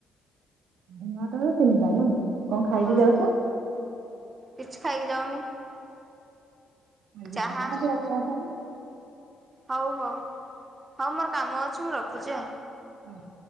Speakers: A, on the right; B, on the right.
A: ଉଁ ହୁଁ ନଅଟାରୁ ତିନିଟା ନାଇଁ କଁ ଖାଇକି
B: ହଁ
A: ଯାଉଛ?
B: କିଛି ଖାଇକି ଯାଉନି।
A: ଖାଇକି
B: ଚାହା
A: ଯିବ ନା ଦେହ ଖରାପ ହବ ଆଉ।
B: ହଉ ହଉ ହଉ ମୋର କାମ ଅଛି ମୁଁ ରଖୁଚି ଆଉ।
A: ହଉ ହଉ।